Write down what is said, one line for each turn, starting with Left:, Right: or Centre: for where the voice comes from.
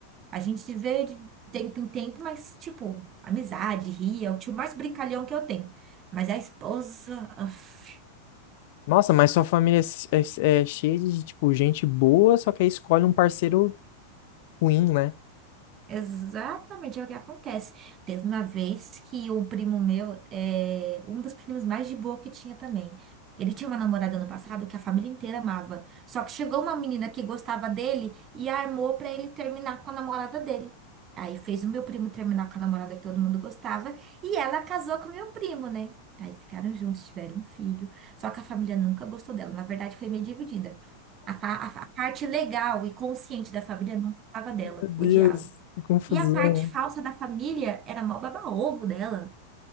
Right: A gente se vê de tempo em tempo, mas, tipo, amizade, ria. É o tio mais brincalhão que eu tenho. Mas a esposa. uf.
Left: Nossa, mas sua família é, é é cheia de, tipo, gente boa, só que aí escolhe um parceiro ruim, né?
Right: Exatamente, é o que acontece. Teve uma vez que um primo meu, é, um dos primos mais de boa que tinha também. Ele tinha uma namorada no passado que a família inteira amava. Só que chegou uma menina que gostava dele e armou pra ele terminar com a namorada dele. Aí fez o meu primo terminar com a namorada que todo mundo gostava e ela casou com o meu primo, né? Aí ficaram juntos, tiveram um filho. Só que a família nunca gostou dela. Na verdade, foi meio dividida. A, fa- a fa- a parte legal e consciente da família não gostava dela,
Left: Meu Deus,
Right: odiava.
Left: que confusão.
Right: E a parte falsa da família era mó baba-ovo dela.